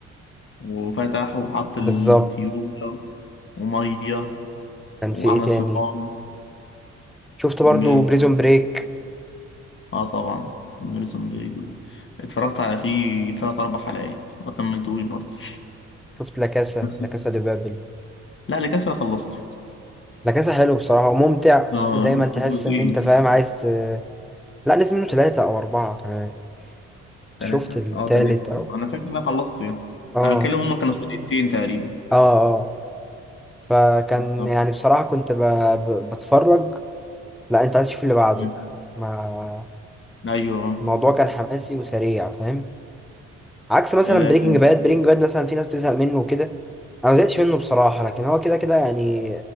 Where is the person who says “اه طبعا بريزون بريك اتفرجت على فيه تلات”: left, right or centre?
Left